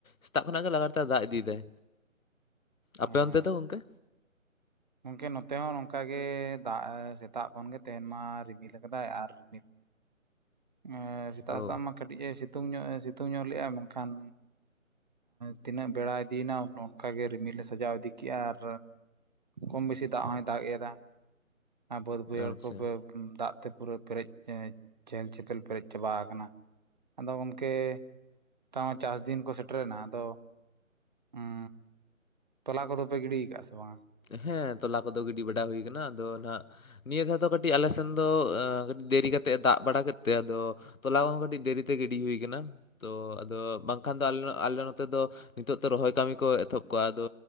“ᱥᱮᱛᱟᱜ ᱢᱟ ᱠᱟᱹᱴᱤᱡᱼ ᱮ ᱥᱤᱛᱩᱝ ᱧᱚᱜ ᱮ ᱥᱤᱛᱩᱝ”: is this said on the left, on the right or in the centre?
Right